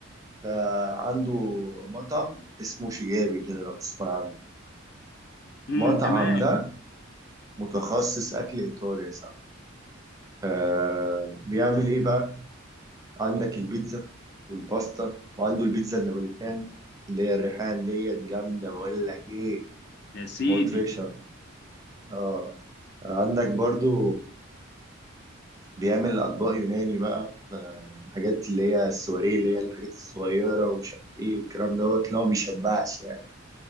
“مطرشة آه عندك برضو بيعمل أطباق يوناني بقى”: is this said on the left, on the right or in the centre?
Right